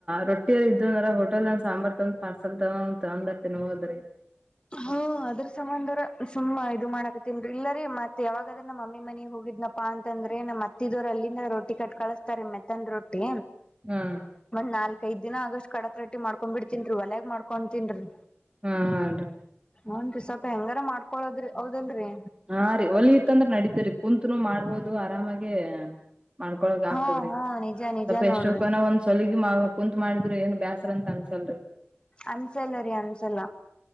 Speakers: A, on the right; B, on the left.
A: ರೊಟ್ಟಿಲ್ಲಿ ಇದ್ದ ಅಂದ್ರ ಹೋಟೆಲ್ ನಂದ್ ಸಾಂಬಾರಾರ್ ತಗೊಂಡ ಪಾರ್ಸಲ್ ತಗೊಂಡ ತಗೊಂಡ ಇರ್ತೇನ ಹೋದ್ರಿ
B: ಹ್ಮ ಅದ್ರ ಸಂಬಂಧರ ಸುಮ್ಮ ಇದು ಮಾಡಾಕತ್ತನ್ರಿ ಇಲ್ಲರಿ ಮತ್ ಯಾವಾಗದನ್ನ ಮಮ್ಮಿ ಮನಿ ಹೋಗಿದ್ನ ಅಪ್ಪಾ ಅಂತಂದ್ರೆ ನಮ್ಮ ಮತ್ತಿದವರು ಅಲ್ಲಿಂದ ರೊಟ್ಟಿ ಕಟ್ ಕಳಸ್ತಾರೆ ಮೆತ್ತನ್ ರೊಟ್ಟಿ
A: ಹಾ
B: ಒಂದ್ ನಾಲ್ಕ ದ್ಿನ ಆಗಷ್ಟ ಕಡಕ್ ರಟ್ಟಿ ಮಾಡ್ಕೊಂಡ ಬಿಡ್ತೀನ್ರಿ ಒಲ್ಯಗ್ ಮಾಡ್ಕೊತೀನ್ರಿ
A: ಹಾ ಆರಿ
B: ಒನ್ ರ ಸ್ವಲ್ಪ ಹೆಂಗಾರ ಮಾಡ್ಕೊಳದ್ರಿ ಹೌದಲ್ರರಿ
A: ಹಾ ರೀ ಹೊಲಿ ಇತ್ತಂದ್ರ ನಡಿತರಿ ಕುಂತನು ಮಾಡ್ಬೋದು ಆರಾಮಾಗೇ ಮಾಡ್ಕೊಳಗ
B: ಹಾ
A: ಆಗ್ತದ್ರಿ
B: ಹಾ ನಿಜ ನಿಜ
A: ಸ್ವಲ್ಪ
B: ನೋಡ್ರಿ
A: ಎಷ್ಟೋ ಕನ ಒಂದ ಸಲಗಿ ಕುಂತ್ ಮಾಡಿದ್ರು ಏನ್ ಬ್ಯಾಸರ ಅಂತ ಅನ್ಸಲ್ರರಿ
B: ಅನ್ಸಲ್ಲ ರೀ ಅನ್ಸಲ್ಲ